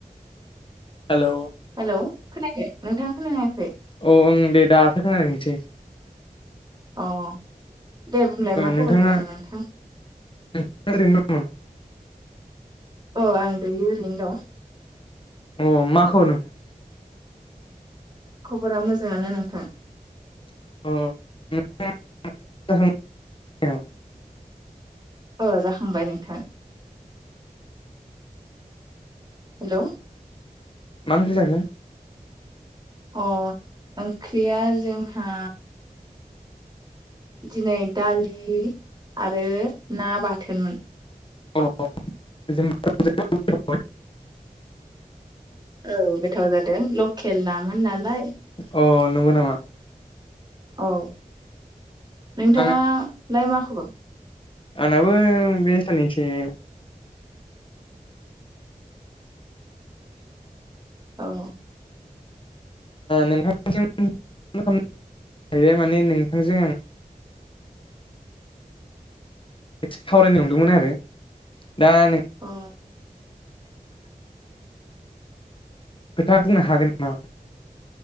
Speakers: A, on the left; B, on the right.
A: हेल'
B: हेलौ खोनायाखो नोंथाङा खोनायाखै
A: औ ओं दे दासो खोनादों एसे
B: अ दे बुंलाय मा
A: नोंथाङा
B: खबर मोन नोंथां
A: नोंथाङा ओरैनो दंयो
B: अ आं दायो ओरैनो दं
A: अ मा खबर नोंथां
B: खबरा मोजाङानो नोंथां
A: अ <unintelligible>
B: अ जाखांबाय नोंथां। हेल'
A: मा ओंख्रि जाखो?
B: अ ओंख्रिया जोंहा दिनै दालि आरो ना बाथोनमोन।
A: अ जों <unintelligible>
B: औ गोथाव जादों लकेल नामोन नालाय
A: अ नंगौ नामा?
B: औ नोंथाङालाय
A: आं
B: मा खबर?
A: आंनाबो बे सानसै
B: औ
A: नोंथांसिम खालाम जैबाय माने नोंथांजों आं <unintelligible> एसे सावरायनो नंदोंमोन आरो दा न
B: अ
A: खोथा बुंनो हागोन नामा <unintelligible>